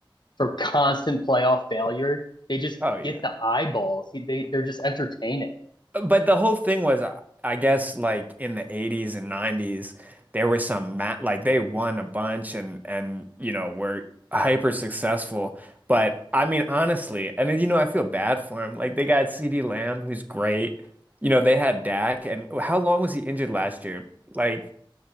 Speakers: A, on the left; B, on the right.
A: for constant playoff failure, they just
B: oh yeah.
A: get the eyeballs. They they're just entertaining.
B: But the whole thing was, uh, I guess, like in the 80s and 90s, there were some ma like they won a bunch and and you know were hyper successful. But I mean, honestly, and then, you know, I feel bad for him. Like they got CeeDee Lamb, who's great. You know, they had Dak, and how long was he injured last year? Like